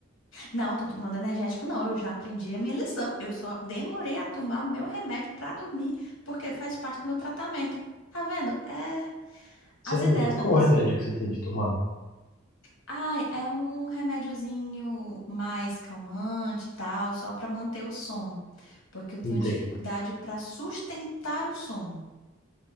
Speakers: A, on the left; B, on the left.
A: Não, tô tomando energético, não. Eu já aprendi a minha lição. Eu só demorei a tomar meu remédio pra dormir, porque faz parte do meu tratamento. Tá vendo? É
B: Sério,
A: as ideias
B: mas
A: da
B: qual
A: pessoa.
B: o remédio que você tem que tomar?
A: Ai, é um remédiozinho mais calmante e tal, só pra manter o sono, porque eu tenho
B: Entendo.
A: dificuldade pra sustentar o sono.